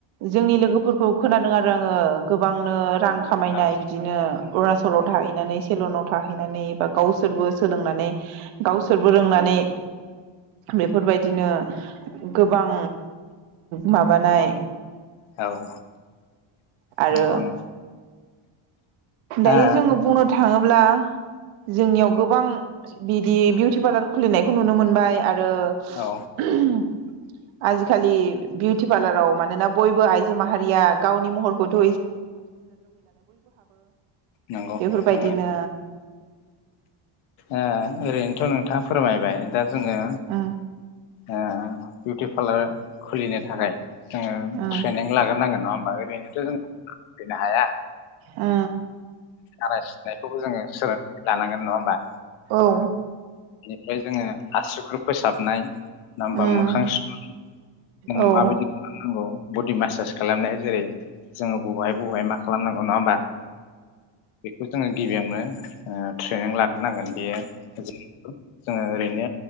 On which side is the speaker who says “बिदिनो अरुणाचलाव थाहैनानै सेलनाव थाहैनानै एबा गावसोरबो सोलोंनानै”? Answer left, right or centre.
Right